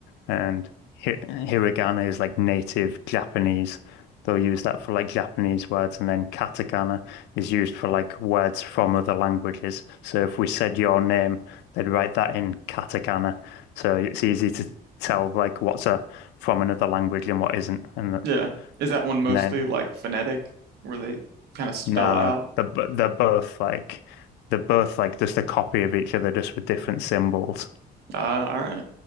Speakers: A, on the left; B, on the right.
A: And hi- hiragana is like native Japanese. They'll use that for like Japanese words, and then katakana is used for like words from other languages. So if we said your name, they'd write that in katakana. So it's easy to tell like what's a from another language and what isn't. And, th-
B: Yeah. Is that one mostly
A: and then
B: like phonetic where they kind of spell
A: no,
B: it out?
A: they're, bo- they're both like they're both like just a copy of each other, just with different symbols.
B: Uh, all right.